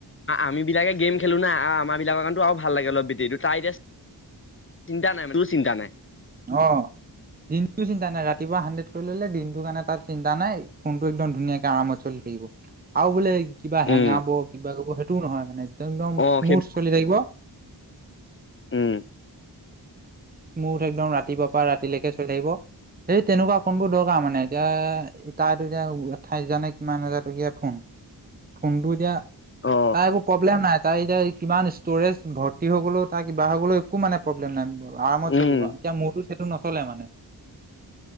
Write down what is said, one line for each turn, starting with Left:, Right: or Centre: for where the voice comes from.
Left: আমি বিলাকে গেম খেলো নাই আমাৰ বিলাকৰ কাৰণো অলপ ভাল লাগে অলপ বেটিটো তাই এতিয়া চিন্তা নাই মান তোৰ চিন্তা নাই
Right: অ দিনটো চিন্তা নাই ৰাতিপুৱা হাণ্ড্ৰেড কৰি ললে দিনটোৰ কাৰণে তাত চিন্তা নাই ফোনটো একদম ধুনীয়াকে আৰামত চল আৰু বোলে কিবা হেঙাব
Left: উম
Right: কিবা কৰিব সেইটোও নহয় মানে একদম
Left: অ
Right: স্মুথ
Left: সেই
Right: চলি থাকিব
Left: উম
Right: মঠ একদম ৰাতিপুৱাৰ পৰা ৰাতিলৈকে চৈ আহিব এইেই তেনেকুৱা ফোনবোৰ দৰকাৰ মানে এতিয়া তাতো এতিয়া আঠাইছ হাজাৰ নে কিমান হাজাৰ টকীয়া ফোন ফোনটো এতিয়া
Left: অ
Right: তাৰ একো প্ৰব্লেম নাই তাৰ এতিয়া কিমান ষ্ট'ৰেজ ভৰ্তি হৈ গ'লও তাৰ কিবা হৈ গ'লেও একো মানে প্ৰব্লেম নাই আৰামত চলিব
Left: উম
Right: এতিয়া মোৰতো সেইটো নচলে মানে